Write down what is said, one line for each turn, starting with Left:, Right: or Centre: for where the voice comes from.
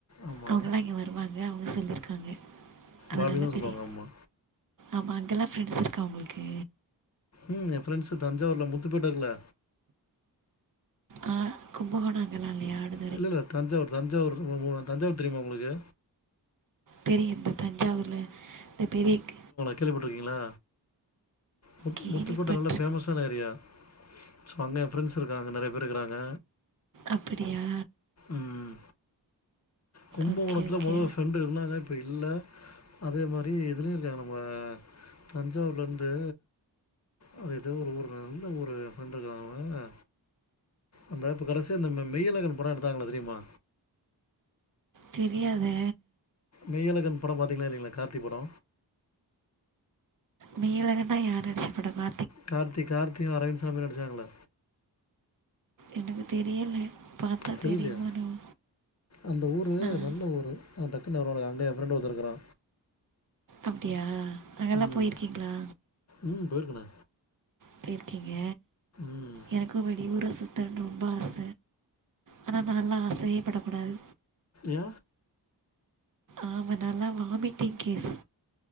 Left: ஆமா
Right: அவங்கல்லா இங்க வருவாங்க அவுங்க சொல்லிருக்காங்க
Left: பாபி
Right: அதனா
Left: தா சொல்லுவாங்க
Right: தெரியு
Left: ஆமா
Right: ஆமா அங்கெல்லா ஃப்ரெண்ட்ஸ் இருக்கா உங்களுக்கு
Left: ம் எ ஃப்ரெண்ட்ஸு தஞ்சாவூர்ல முத்துபேட்ட இருக்குல்ல
Right: ஆ கும்பகோணோ அங்கல்லா இல்லியா ஆடு
Left: இல்ல இல்ல தஞ்சாவூர் தஞ்சாவூர் தஞ்சாவூர் தெரியுமா உங்களுக்கு
Right: தெரியு இந்த தஞ்சாவூர்ல இந்த பெரியக்க
Left: கேள்விப்பட்ருக்கீங்களா முத்து
Right: கேள்விப்பட்டு
Left: முத்துப்பேட்ட நல்லா ஃபேமஸ் ட்டன் ஏரியா சோ அங்க எ ஃப்ரெண்ட்ஸ் இருக்காங்க நறையா பேரு இருக்குறாங்க
Right: அப்புடியா
Left: ம் கும்பகோணத்துல
Right: ஓகே ஓகே
Left: மொதல்ல ஃப்ரெண்டு இருந்தாங்க இப்போ இல்ல அதே மாரி இதுலியு இருக்காங்க நம்ம தஞ்சாவூர்ல இருந்து அது எதோ ஒரு ஊர்ல எந்த ஊரு ஃப்ரெண்ட் இருக்குறாங்க அந்த இப்ப கடசியா இந்த மெ மெய்யலகன் படோ எடுத்தாங்கள்ல தெரியுமா
Right: தெரியாதே
Left: மெய்யலகன் படோ பாத்தீங்களா இல்லீங்களா கார்த்தி படோ
Right: மெய்யழகன்னா யார் நடுச்சப் படப்பா
Left: கார்த்தி கார்த்தியும் அரவிந்த் சாமியு நடிச்சாங்கல்ல
Right: எனக்கு தெரியல பாத்தா
Left: தெரியலையா
Right: தெரியுமோ என்னவோ
Left: அந்த ஊரு
Right: நான்
Left: நல்ல ஊரு ஆ டக்குன்னு வரமாட்டேங்குது அங்க என் ஃப்ரெண்டு ஒருத்தன் இருக்கறா
Right: அப்டியா அங்கெல்லா
Left: ம்
Right: போயிருக்கீங்களா
Left: ம் போயிருக்கனே
Right: போயிருக்கீங்க
Left: ம்
Right: எனக்கும் வெளியூர சுத்தனு ரொம்ப ஆச ஆனா நால்லா ஆசையே படக் கூடாது
Left: ஏ
Right: ஆமா நாலா வாமிட்டிங் கேஸ்